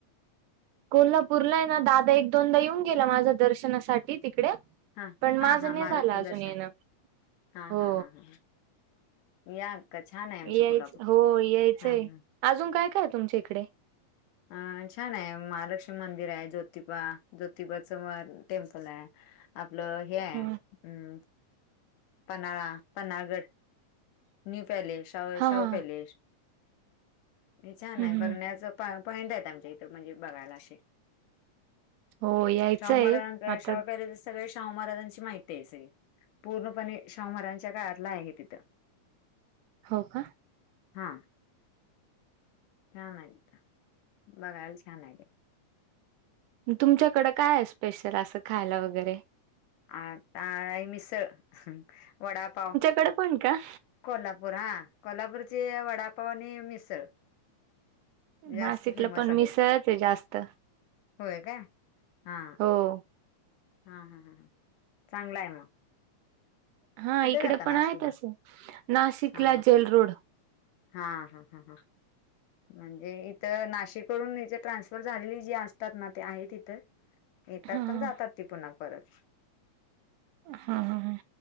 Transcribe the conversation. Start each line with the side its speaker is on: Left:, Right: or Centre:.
Right: कोल्हापूरला आहे ना दादा एक दोनदा येऊन गेला मागे दर्शनासाठी तिकडे.
Left: हा
Right: पण माझं
Left: हा हा
Right: नाही
Left: महालक्ष्मी
Right: झालं अजून
Left: दर्शन
Right: येणं
Left: हा
Right: हो
Left: हा हा हा, या, का छान आहे आमचं
Right: यायच
Left: कोल्हापूर पण.
Right: हो यायचंय
Left: हां, हां.
Right: अजून काय काय तुमच्या इकडे?
Left: अं छान आहे. महालक्ष्मी मंदिर आहे. ज्योतिबा ज्योतिबाच वा टेम्पल आहे. आपलं हे आहे.
Right: हा
Left: ''हं'' पनाळा पन्हाळगड न्यू पॅलेस शाह
Right: हा
Left: शाहू
Right: हा
Left: पॅलेस. हे छान
Right: हम्म
Left: आहे. बघण्याच
Right: हम्म
Left: पा पॉइंट आहे. आमच्या इथ. त म्हणजे बघायला अशे
Right: हो यायचंय
Left: शाहू महाराजांच्या
Right: आता
Left: शाहू पॅलेस सगळे शा ''--'' शाहू महाराजांची माहिती आहे सगळी पूर्ण पणे शाहु महाराजांच्या काळातलं आहे तिथं.
Right: हो का?
Left: हा. छान आहेत. बघायला छान आहेत.
Right: तुमच्याकडं काय आहे स्पेशल, असं खायला वगैरे?
Left: आता आहे मिसळ, वडापाव.
Right: कड पण का?
Left: कोल्हापूर हा, कोल्हापूरची वडापाव आणि मिसळ. जास्त
Right: नाशिकला
Left: फेमस
Right: पण
Left: आहे
Right: मिसळच आहे जास्त.
Left: होय काय? हा
Right: हो.
Left: हा हा हा चांगला आहे मग.
Right: हा
Left: कुठे
Right: इकडे
Left: राहता
Right: पण
Left: नाशिकला
Right: आहेत तसं, नाशिकला
Left: हा
Right: जेल रोड.
Left: हा हां हां हां.
Right: <inaudible>
Left: म्हणजे इथं नाशिकवरून इथे ट्रान्सफर झालेली जी असतात ना, ते आहेत इथं. येतात
Right: हां.
Left: पण जातात ती पुन्हा परत.
Right: हा हा हा.